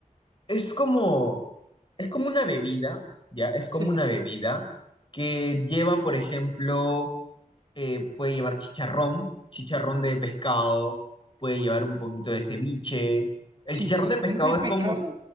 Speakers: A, on the left (about 35°); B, on the right (about 30°).
A: Es como. Es como una bebida, ¿ya? Es como
B: Sí.
A: una bebida que lleva, por ejemplo, eh, puede llevar chicharrón, chicharrón de pescado, puede llevar un poquito de ceviche. El
B: Chicharrón
A: chicharrón de pescado
B: de
A: es como.
B: pescado.